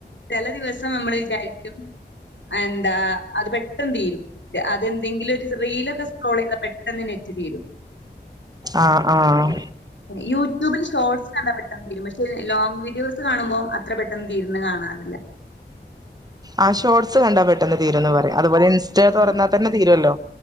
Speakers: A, on the left; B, on the right.
A: ചെല ദിവസം നമ്മൾ വിചാരിക്കും എന്താ അത് പെട്ടെന്ന് തീരും അതെന്തെങ്കി ഒരു റീലൊക്കെ സ്ക്രോൾ ചെയ്താൽ പെട്ടെന്ന് നെറ്റ് തീരും
B: ആഹ് ആഹ്
A: യൂട്യൂബിൽ ഷോട്ട്സ് കണ്ടാ പെട്ടെന്ന് തീരും പക്ഷേ ലോങ് വീഡിയോസ് കാണുമ്പോം അ അത്ര പെട്ടെന്ന് തീരുന്ന കാണാറില്ല
B: ആഹ ഷോർട്സ് കണ്ടാ പെട്ടെന്ന് തീരുന്ന് പറയും അതുപോലെ ഇൻസ്റ്റ
A: ആഹ്.
B: തുറന്നാ തന്നെ തീരുല്ലോ